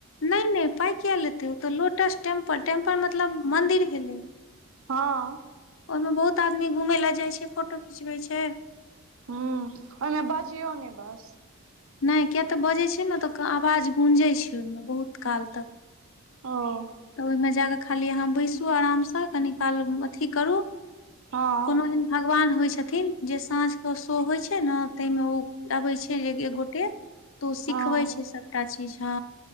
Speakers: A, on the left (about 60°); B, on the right (about 65°).
A: नै -नै पाइ किए लेतै ओत लोटस टेम्पल, टेम्पल मतलब मंदिर भेलै।
B: हँऽ
A: ओइमें बहुत आदमी घुमइ लय जाइ छै फोटो खिचबै छै,
B: हं, ओइमे बजियौ नै बस
A: नै, किए त बजै छै ने त क-आवाज गूँजै छै ओइमे बहुत काल तक।
B: ओ-
A: त ओइमे जा क खाली अहाँ बैसू अरामसं कनी काल ब-अथी करू।
B: हँ
A: कोनो एहन भगवान होइ छथिन जे साँझके शो होइ छै ने तै मे ओ- अबै छै जे ग- एक गोटे तु सिखबै
B: हँ
A: छै सबटा चीज हँ